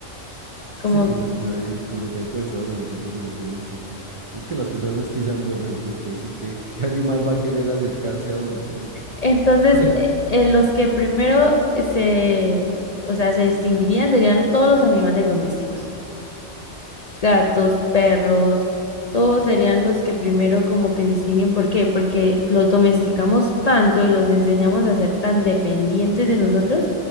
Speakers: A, on the left (about 45°); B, on the right (about 45°).
A: Como,
B: Sí, por lo que hay, con lo que hay personas y siempre pues le tienen su... Es que las personas no es que sean buenas, entonces pues sí, ¿qué, qué <laughs> animal va a querer acercarse a uno, hombre?
A: entonces,
B: <laughs>
A: eh, eh, los que primero eh, se, o sea, se distinguirían serían todos los animales domésticos. gatos,
B: Ujú.
A: perros, todos serían los que primero como que se distinguen. ¿Por qué? Porque los domesticamos tanto y los enseñamos a ser tan dependientes de nosotros